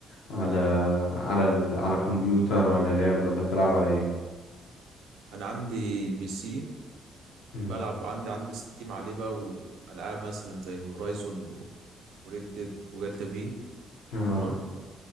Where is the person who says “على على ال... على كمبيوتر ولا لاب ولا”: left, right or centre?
Left